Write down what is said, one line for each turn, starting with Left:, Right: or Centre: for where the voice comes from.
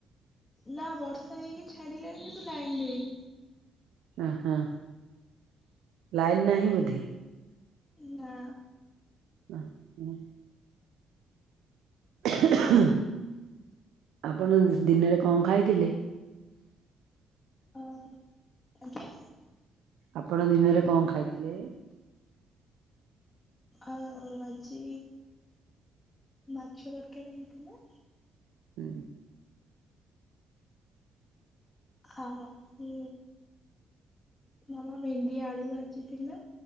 Left: ନା ବର୍ଷା ହେଇକି ଛାଡ଼ିଲାଣି କିନ୍ତୁ ଲାଇନ୍ ଦେଇନି।
Right: ଓହୋ। ଲାଇନ ନାହିଁ ବୋଧେ?
Left: ନା।
Right: ହ ହୁଁ। <unintelligible> ଆପଣ ଦିନରେ କଣ ଖାଇଥିଲେ?
Left: ଓ ଆଜ୍ଞା।
Right: ଆପଣ ଦିନରେ କଣ ଖାଇଥିଲେ?
Left: ଆ ଆଜି ମାଛ ତରକାରୀ ହେଇଥିଲା।
Right: ହୁଁ।
Left: ଆ ହୁ ମାମା ଭେଣ୍ଡି ଆଳୁ ଭାଜିଥିଲା।